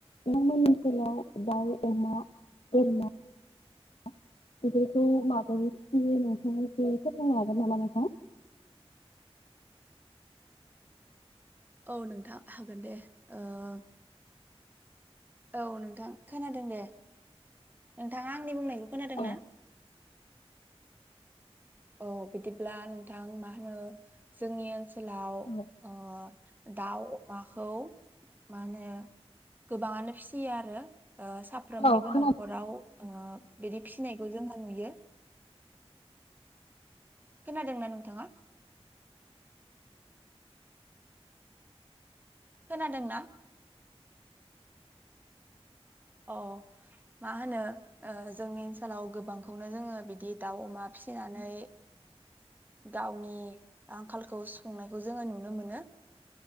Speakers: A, on the left (about 70°); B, on the right (about 15°).
A: ओनसोलाव दाउ अमा बोरमा बेफोरखौ माबोरै फिसियो नोंथाङा एसे फोरमायनो हागोन नामा नोंथां
B: औ नोंथां हागोन दे ओह औ नोंथां खोनादों दे नोंथाङा आंनि बुंनाय खोनादों
A: औ
B: ना। औ बिदिब्ला नोंथां मा होनो जोंनि ओनसो लाव
A: औ
B: ओ दाउ अमाखौ मा होनो गोबांङानो फिसियो आरो। साफ्रोमनिबो
A: औ खोनादों।
B: न' खराव ओ बिदि फि नायखौ जोंङो नुयो। खोनादोंना नोंथाङा खोनादोंना। अ मा होनो जोंनि ओनसो लाव गोबांखौनो जोंङो बिदि दाव अमा फिनानै गावनि आंखालखौ सुफुंनायखौ जोंङो नुनो मोनो